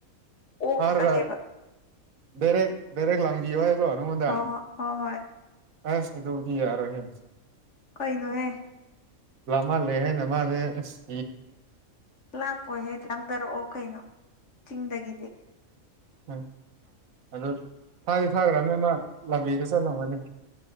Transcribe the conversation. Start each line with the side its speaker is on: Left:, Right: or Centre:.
Left: ꯑꯣꯛꯑꯒꯦꯕ
Right: ꯐꯔꯒ ꯔꯦꯛ ꯔꯦꯛ ꯂꯥꯡꯕꯤꯌ ꯍꯥꯏꯕ꯭ꯔꯣ ꯅꯪꯉꯣꯟꯗ
Left: ꯑꯣ ꯍꯣ ꯍꯣꯏ
Right: ꯑꯁ ꯗꯗꯨꯕꯗꯤ ꯌꯥꯔꯣ ꯍ
Left: ꯀꯩꯅꯣꯍꯦ
Right: ꯃ ꯂꯩꯦꯍꯦꯅꯃꯅꯦ ꯁꯤ
Left: ꯂꯥꯛꯄꯣ ꯍꯦ ꯂꯪꯊꯔꯛꯑꯣ ꯀꯩꯅꯣ ꯆꯤꯡꯗꯒꯤꯗꯤ
Right: ꯎꯝ ꯑꯗꯨꯗ ꯊꯥꯗꯤ ꯊꯥꯈ꯭ꯔꯕꯅꯦ ꯑꯃ ꯂꯝꯕꯤꯗ ꯆꯠꯂꯝꯒꯅꯤ